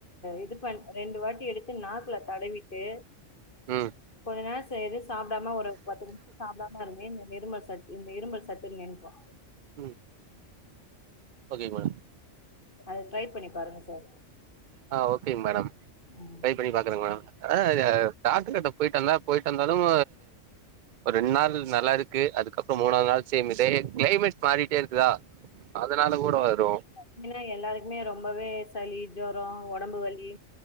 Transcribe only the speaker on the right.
ம்
ம் ஓகேங்க மேடம்
ஆ ஓகேங் மேடம்
ட்ரை பண்ணி பாக்குறேங்க மேடம் ஆ டாக்டர் கிட்ட போயிட்டு வந்த போயிட்டு வந்தாலும் ஒரு ரெண்டு நாள்ல நல்லா இருக் க்கு அதுக்கப்புறோ மூணாவ்து நாள் சேம் இதே க்ளைமேட் மாறிட்டே இருக்குதா அதனால கூட வரு